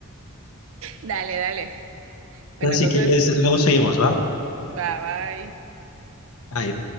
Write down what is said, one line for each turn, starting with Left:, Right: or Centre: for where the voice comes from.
Right: Dale, dale. Bueno,
Left: Entonces,
Right: entonces,
Left: si quieres, luego seguimos, ¿va?
Right: bye bye.
Left: Bye.